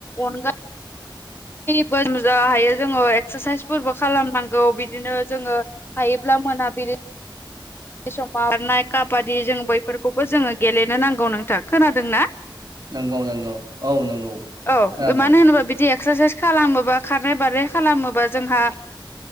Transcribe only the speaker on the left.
अनगा बो मोजां हायो जोङो एक्सारसाइसफोरबो खालामनांगौ बिदिनो जोङो हायोब्ला मोनाबिलि बै समाव बारनाय काबादि जों बैफोरखौबो जोङो गेलेनो नांगौ नोंथां खोनादोंना
औ
मानो होनोबा बिदि एक्सारसाइस खालामोबा खारनाय बारनाय खालामोबा जोंहा